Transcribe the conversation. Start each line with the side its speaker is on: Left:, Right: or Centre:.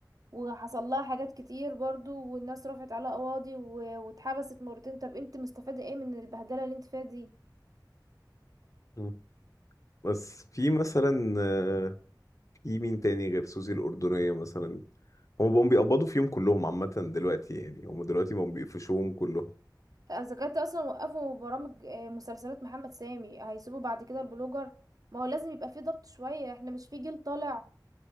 Right: وحصل لها حاجات كتير برضو والناس رفعت عليها قواضي و- واتحبست مرتين طب انت مستفاده ايه من البهدله اللي انت فيها دي
Left: مم. بس في مثلا آه، في مين تاني غير سوزي الاردنيه مثلا هم بقوا بيقبضوا فيهم كلهم عامه دلوقتي يعني هم دلوقتي بقوا بيقفشوهم كلهم
Right: اذا كانت اصلا وقفوا برامج آه، مسلسلات محمد سامي هيسيبوا بعد كده البلوجر ما هو لازم يبقى في ضغط شوية احنا مش في جيل طالع